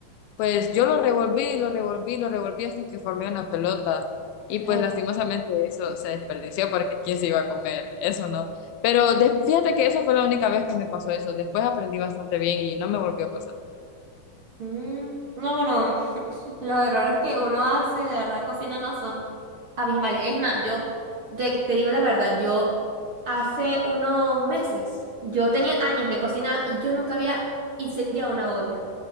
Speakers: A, on the left; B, on the right.
A: Pues yo lo revolví, lo revolví, lo revolví hasta que formé una pelota. Y pues
B: Ay,
A: lastimosamente eso se desperdició porque quién se iba a comer, eso no. Pero de- fíjate que eso fue la única vez que me pasó eso. Después aprendí bastante bien y no me volvió a pasar.
B: mm, no, bueno, <laughs> los errores que uno hace de verdad cocinando son abismales. Es más, yo te, te digo la verdad, yo hace unos meses, yo tenía años de cocinar y yo nunca había incendiado una olla.